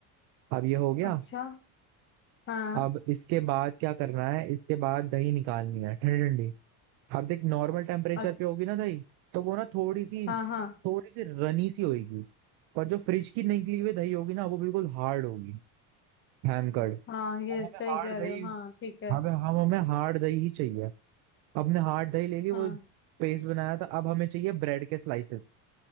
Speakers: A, on the right; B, on the left.
A: अब ये हो गया
B: अच्छा हाँ
A: अब इसके बाद क्या करना है इसके बाद दही निकालनी है ठंडी ठंडी अब देख नॉर्मल टेम्परेचर
B: अ-
A: पे होगी ना दही तो वो ना थोड़ी सी
B: हाँ हाँ
A: थोड़ी सी रनी सी होगी पर जो फ्रिज की निकली हुई दही होगी ना वो बिल्कुल हार्ड होगी हैंकर्ड
B: हाँ ये
A: और हमें
B: सही
A: हार्ड
B: कह
A: दही
B: रहे हो हाँ ठीक है
A: हमें हम हमें हार्ड दही ही चाहिए अपने हार्ड दही ले ली वो
B: हाँ
A: पेस्ट बनाया था अब हमें चाहिए ब्रेड के स्लाइसेस